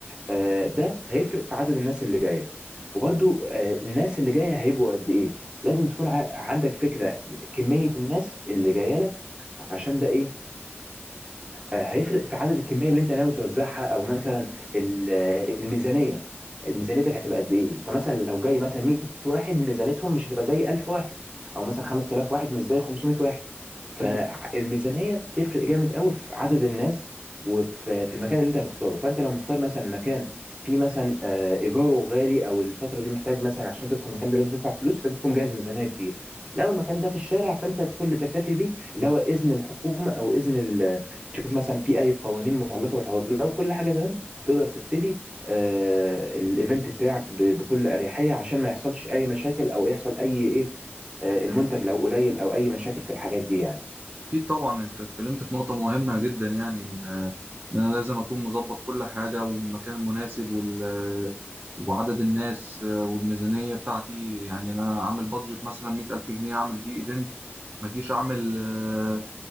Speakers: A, on the right (about 20°); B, on the right (about 35°).
A: آه، ده هيفرق في عدد الناس اللي جايه وبرضو آه، الناس اللي جايه هيبقوا قد ايه لازم تكون ع- عندك فكره كميه الناس اللي جايه لك عشان ده ايه آه، هيفرق في عدد الكميه اللي انت ناوي توزعها او مثلا ال- آه، الميزانيه ميزانيتك هتبقى قد ايه فمثلا لو جاي مثلا 100 واحد ميزانيتهم مش هتبقى زي 1000 واحد او مثلا 5000 واحد مش زي 500 واحد
B: أكيد
A: فالميزانيه تفرق جامد قوي في عدد الناس وفي في المكان اللي انت هتختاره فانت لو مختار مثلا مكان فيه مثلا آه، ايجاره غالي او الفتره دي محتاج مثلا عشان تدخل المكان ده لازم تدفع فلوس لازم تكون جاهز ميزانيه كبيره لو المكان ده في الشارع فانت كل اللي تكتفي بيه اللي هو اذن الحكومه او اذن ال تشوف مثلا في اي قوانين متعلقه بالحوار لو كل حاجه تمام تقدر تبتدي آه الايفنت بتاعك ب- بكل اريحيه عشان ما يحصلش اي مشاكل او يحصل اي ايه آه المنتج لو قليل او اي مشاكل في الحاجات دي يعني
B: أكيد طبعا أنت اتكلمت في نقطة مهمة جدا يعني إن إن أنا لازم أكون مظبط كل حاجة والمكان المناسب وال وعدد الناس والميزانية بتاعتي يعني أنا أعمل بادجت مثلا مية ألف جنيه أعمل بيه إيفنت ما أجيش أعمل آه،